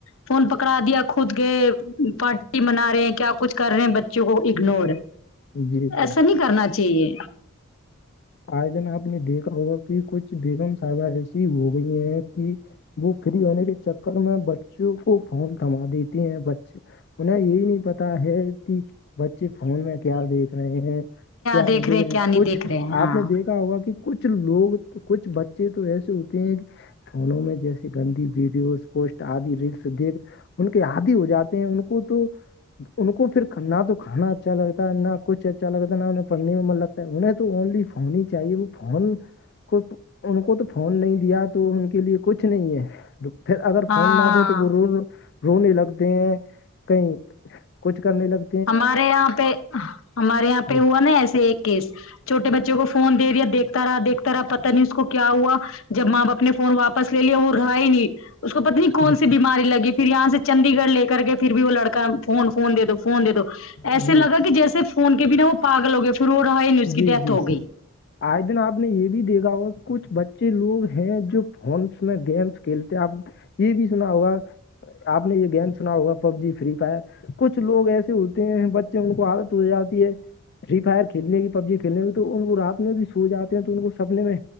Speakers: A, on the left; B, on the left.
A: فون پکڑا دیا خود گئے پارٹی منا رہے کیا کچھ کر رہے ہیں بچوں کو اگنور
B: جی جی
A: ایسا نہیں کرنا چاہیے
B: آئے دن آپ نے دیکھا ہوگا کہ کچھ بیگم صاحب ایسی ہو گئی ہیں کہ وہ فری ہونے کے چکر میں بچوں کو فون تھما دیتی ہیں بچے انہیں یہی نہیں پتا ہے کہ بچے فون میں کیا دیکھ رہے ہیں کیا آنی
A: دیکھ
B: ج
A: رہے ہیں کیا نہیں
B: کچھ
A: دیکھ رہے ہیں۔ ہاں
B: ا ہوگا کہ کچھ لوگ کچھ بچے تو ایسے ہوتے ہیں کہ فونوں میں جیس گندی ویڈیوز پوسٹ آدی ریلس دیکھ ان کے عادی ہو جاتے ہیں ان کو تو ان کو پھر نہ تو کھانا اچھا لگتا ہے نہ کچھ اچھا لگتا نہ انہیں پڑھنے میں من لگتا ہے انہیں تو اونلی فنی ہی چاہیے وہ فون کو ان کو تو فون نہیں دیا تو ان کے لیے کچھ نہیں ہے پھر اگر
A: ہاں
B: فون نہ دیں تو وہ روینگے رونے لگتے ہیں کہیں کچھ کرنے لگ
A: ہمارے یہاں پہ ہمارے یہاں
B: جی
A: پہ ہوا نا ایسے ایک کیس چھٹے بچوں کو فون دے دیا دیکھتا رہا دیکھتا رہا پتہ نہیں اس کو کیا ہوا جب ماں باپ اپنے فون واپس لے لیا وہ رہا ہی نہیں اس کو پتہ نہیں کون
B: جی
A: سی بیماری لگی پھر یہاں سے چنڈی گڑھ لے کر گیے پھر بھی وہ لڑکا فون فون دے دو فون دے دو ایسے
B: جی
A: لگا کہ جیسے فون کے بنا وہ پاگل ہو گئے پھر وہ رہا ہی نہیں اس کی
B: جی
A: ڈیتھ
B: جی
A: ہو گئی
B: آئے دن آپ نے یہ بھی دیکھا ہوا کچھ بچے لوگ ہیں جو فونس میں گیمس کھیلتے آپ یہ بھی سنا ہوگا آپ نے یہ گیم سنا ہوگا پب جی فری فائر کچھ لوگ ایسے ہوتے ہیں بچے ان کو عادت ہو جاتی ہے فری فائر کھیلنے کی پب جی کھیلنے میں تو ان کو رات میں بھی سو جاتے ہیں دن میں سپنے میں